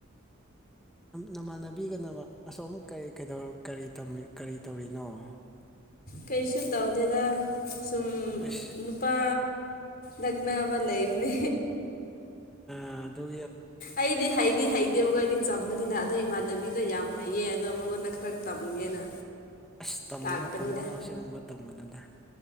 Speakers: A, in the centre; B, on the left (about 45°).
A: ꯅꯃꯥꯟꯅꯕꯤꯒꯅꯕ ꯑꯁꯣꯝ ꯀꯔꯤ ꯀꯔꯤ ꯀꯔꯤ ꯇꯧꯔꯤꯅꯣ <inaudible>
B: ꯀꯩꯁꯨ ꯇꯧꯗꯦꯗ ꯁꯨꯝ
A: ꯏꯁ
B: ꯅꯨꯄꯥ ꯂꯒꯅ ꯑꯕ ꯂꯩꯥꯏꯕꯅꯦ
A: ꯑ ꯑꯗꯨ
B: ꯑꯩꯗꯤ ꯍꯥꯏꯩꯗꯤ ꯍꯥꯏꯩꯗꯤꯒꯗꯤ ꯆ ꯑꯃꯅꯤꯅ ꯑꯗꯣ ꯏꯃꯥꯟꯅꯕꯤꯗ ꯌꯥꯝ ꯍꯩꯌꯦ ꯑꯗꯣ ꯃꯉꯣꯟꯗ ꯈꯔ ꯇꯝꯒꯦꯅ
A: ꯑꯁ ꯇꯝꯒꯅꯨ
B: ꯂꯥꯛꯄꯅꯤꯗ
A: ꯇꯝꯒꯅꯨ ꯁꯤꯒꯨꯝꯕ ꯇꯝꯒꯅꯨꯗ